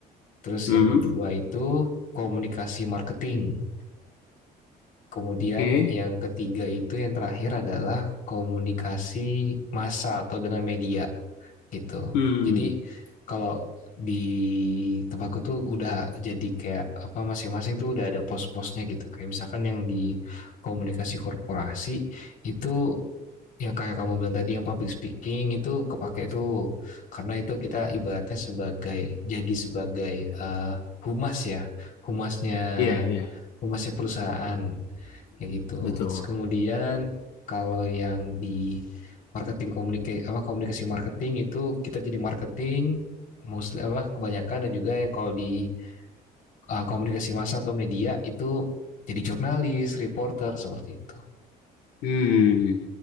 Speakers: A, on the left; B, on the left.
A: Terus
B: Hmm,
A: yang kedua itu komunikasi marketing. Kemudian
B: oke.
A: yang ketiga itu yang terakhir adalah komunikasi massa atau dengan media. gitu.
B: Hmm,
A: Jadi kalau di tempatku tuh udah jadi kayak apa masing-masing tuh udah ada pos-posnya gitu. Kayak misalkan yang di komunikasi korporasi itu yang kayak kamu bilang tadi yang public speaking itu kepake tuh karena itu kita ibaratnya sebagai jadi sebagai eh, humas ya humasnya
B: iya iya
A: oh, masih perusahaan kayak gitu.
B: betul.
A: Terus kemudian kalau yang di marketing komunikasi apa komunikasi marketing itu kita jadi marketing mostly apa kebanyakan dan juga yang kalau di uh, komunikasi massa atau media itu jadi jurnalis, reporter seperti itu.
B: Hmm,